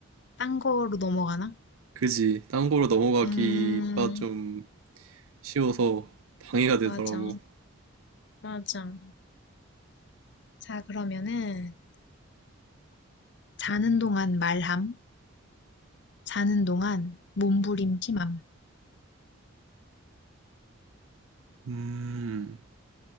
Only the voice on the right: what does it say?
그지. 딴 거로 넘어가기가
좀 쉬워서 방해가 되더라고.
음.